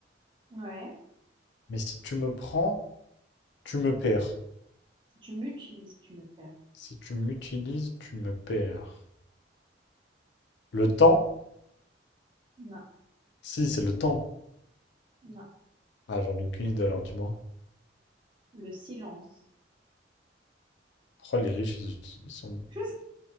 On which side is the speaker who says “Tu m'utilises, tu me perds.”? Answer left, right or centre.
Right